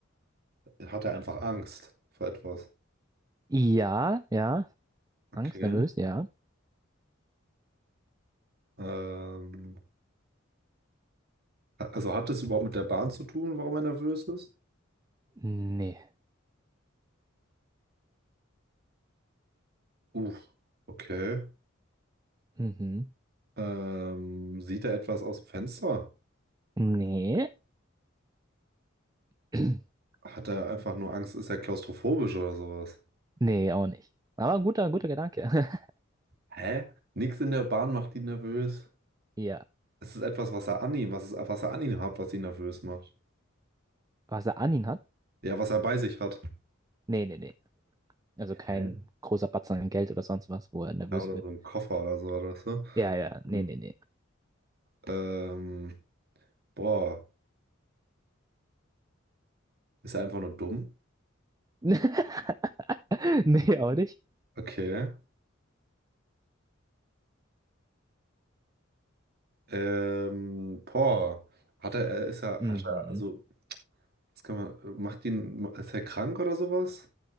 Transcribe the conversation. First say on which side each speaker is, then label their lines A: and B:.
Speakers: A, on the right (about 50°); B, on the right (about 20°).
A: Hat er einfach Angst vor etwas?
B: Ja, ja, Angst,
A: Okay.
B: nervös, ja.
A: Ähm, ha- also hat das überhaupt mit der Bahn zu tun, warum er nervös ist?
B: Nee,
A: Uff. Okay.
B: mhm.
A: Ähm, sieht er etwas aus dem Fenster?
B: Nee, <clears throat>
A: Hat er einfach nur Angst? Ist er klaustrophobisch oder sowas?
B: nee, auch nicht. Aber ein guter, guter Gedanke. <laughs>
A: Hä? Nichts in der Bahn macht ihn nervös.
B: Ja,
A: Es ist etwas, was er an ihm, was, ist, was er an ihm hat, was ihn nervös macht.
B: was er an ihn hat?
A: Ja, was er bei sich hat.
B: Nee, nee, nee. Also kein
A: Hä?
B: großer Batzen an Geld oder sonst was, wo er nervös
A: Ja, oder
B: wird.
A: so ein Koffer oder so, oder so.
B: Ja, ja,
A: Hm.
B: nee, nee, nee.
A: Ähm, boah, ist er einfach nur dumm?
B: <laughs> Nee, auch nicht.
A: Okay. Ähm, boah, hat er, er ist er,
B: Mhm.
A: hat er, also, das kann man, macht ihn, ist er krank oder sowas?